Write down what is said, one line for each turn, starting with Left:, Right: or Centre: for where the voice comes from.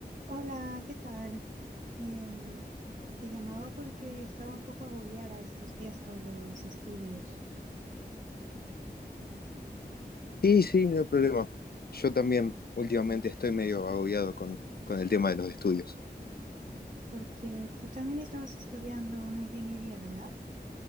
Right: Hola, ¿qué tal? Em, te llamaba porque estaba un poco agobiada estos días con los estudios,
Left: Sí, sí, no hay problema. Yo también últimamente estoy medio agobiado con, con el tema de los estudios.
Right: porque tú también estabas estudiando una ingeniería, ¿verdad?